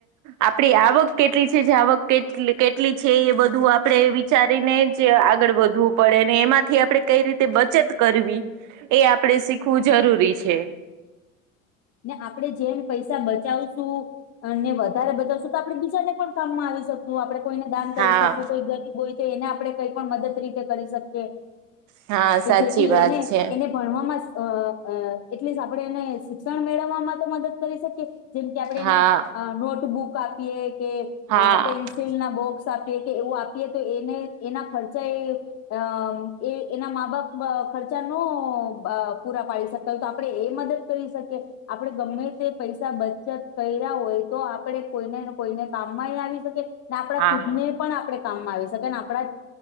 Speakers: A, on the right (about 45°); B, on the left (about 35°).
A: આપડી આવક કેટલી છે જાવક કેટલી, કેટલી છે એ બધું આપડે વિ ચારીને જ આગળ વધવું પડે ને એમાંથી આપડે કઈ રીતે બચત કરવી એ આપડે શીખવું જરૂરી છે.
B: ને આપડે જેમ પૈસા બચાવશું અને વધારે બચાવશું તો આપડે બીજાને પણ કામમાં આવી શક શું આપડે કોઈને દાન કરી
A: હા
B: શકું કોઈ ગરીબ હોય છે એને આપડે કઈ પણ મદદ રીતે કરી શકીએ
A: હા
B: કે
A: સાચી
B: જેથી
A: વાત
B: એને
A: છે
B: એને ભણવામાંસ અઅ એટલીસ્ટ આપણડે એને શિક્ષણ મેળવવામાં તો મદદ કરી શકીએ. જેમ કે આપડે એને
A: હા
B: નોટબુક આપીએ કે અ
A: હા
B: પેન્સ સીલ ના બોક્સ આપીએ કે એવું આપીએ તો એને એના ખર્ચા એ અમ એ એના મા બાપ બ ખર્ચા નો બ પૂરા પાડી શકતા હોય તો આપડે એ મદદ કરી શકે આપડે ગમે તે પૈસા બચત કઈરા હોય તો આપણડે કોઈનેને કોઈને કામમાંય આવી શકીએ ને આપણા
A: હા
B: ખુદ ને પણ આપડે કામમાં આવી શકે આપડાજ